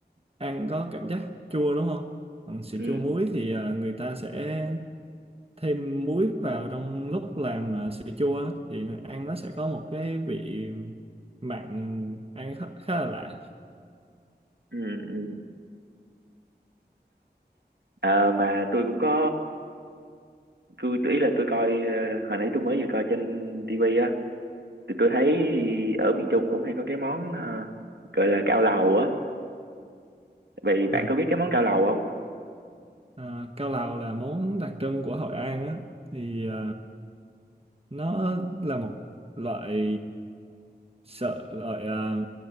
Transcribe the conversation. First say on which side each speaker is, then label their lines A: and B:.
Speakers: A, on the right; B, on the right.
A: ăn có cảm giác chua đúng không? Còn sữa
B: ừ
A: chua muối thì ờ, người ta sẽ thêm muối vào trong lúc làm ờ, sữa chua á, thì ăn nó sẽ có một cái vị mặn ăn khá, khá là lạ
B: ừ ừ. Ờ, mà tôi cũng có ờ, tôi ý là tôi coi ờ, hồi nãy tôi mới vừa coi trên tivi thì tôi thấy ở miền Trung cũng hay có cái món ờ, gọi là cao lầu á vậy bạn
A: à,
B: có biết cái món cao lầu không
A: ờ, cao lầu là món đặc trưng của Hội An á thì ờ, nó là một loại sợi loại ờ,